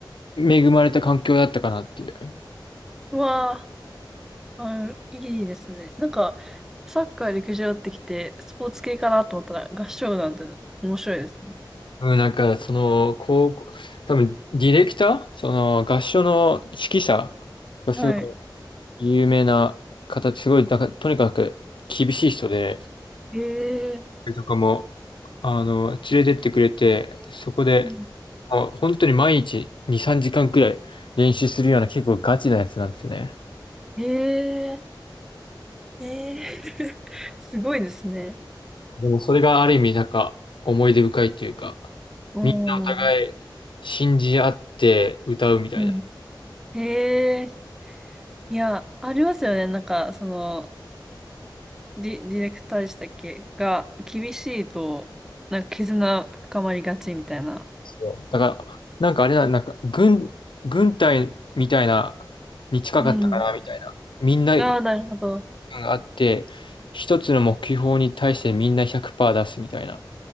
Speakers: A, on the left; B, in the centre.
A: 恵まれた環境だったかなっていう。
B: うわあ、あ、いいですね。なんか、サッカー、陸上ってきて、スポーツ系かなと思ったら、合唱団って面白いですね。
A: うん、なんか、その、高校、多分、ディレクターその、合唱の指揮者がすご
B: はい。
A: い有名な方、すごい、なんか、とにかく厳しい人で、
B: へえ
A: とかもあの、連れてってくれて、そこで、
B: うん
A: あ、本当に毎日2、3時間くらい練習するような結構ガチなやつなんですよね。
B: へえへえ <laughs> すごいですね。
A: でもそれがある意味なんか思い出深いというか、
B: う
A: みんなお互い信じ合って歌うみたいな。
B: ん。うん。へえいや、ありますよね。なんか、その、ディ、ディレクターでしたっけが、厳しいと、なんか絆深まりがちみたいな。
A: そうだから、なんかあれな、なんか軍、軍隊みたいな、に近かったかなみたいな。
B: うん。
A: みんなが
B: ああ、なるほど。
A: あって、一つの目標に対してみんな100%出すみたいな